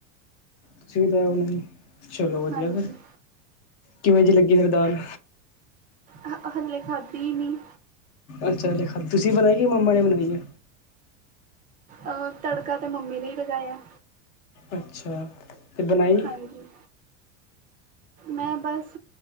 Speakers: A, on the left; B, on the right.
A: ਤੁਸੀਂ ਵੀ ਦਾਲ ਬਣਾਈ ਏ, ਚਲੋ ਵਧੀਆ,
B: ਹਾਂਜੀ
A: ਫਿਰ ਕਿਵੇਂ ਜੇ ਲੱਗੀ ਫਿਰ ਦਾਲ।
B: ਹਾਂ, ਹਲੇ ਖਾਧੀ ਨੀ।
A: ਅੱਛਾ ਤੇ ਦਾਲ ਤੁਸੀਂ ਬਣਾਈਏ ਜਾਂ ਮੰਮਾ ਨੇ ਬਣਾਈ ਏ।
B: ਅਹ ਤੜਕਾ ਤੇ ਮੰਮੀ ਨੇ ਹੀ ਲਗਾਇਆ।
A: ਅੱਛਾ। ਬਣਾਈ
B: ਹਾਂਜੀ। ਮੈਂ ਬਸ